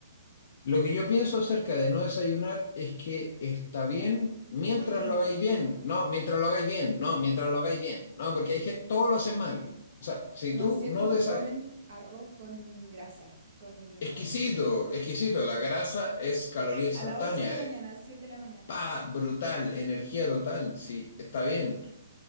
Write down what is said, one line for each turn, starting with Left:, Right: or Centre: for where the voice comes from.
Left: Lo que yo pienso acerca de no desayunar es que está bien mientras
Right: Muy gringo.
Left: lo hagáis bien. No, mientras lo hagáis bien. No, mientras lo hagáis bien. No, porque hay gente, todo lo hace mal. O sea, si
Right: Los
Left: tú
Right: asiáticos
Left: no desayunas...
Right: comen arroz con grasa, con
Left: Exquisito, exquisito. La grasa es caloría
Right: de
Left: instantánea.
Right: a las 8 de la mañana, 7 de la mañana.
Left: Pa, brutal, energía total. Sí, está bien.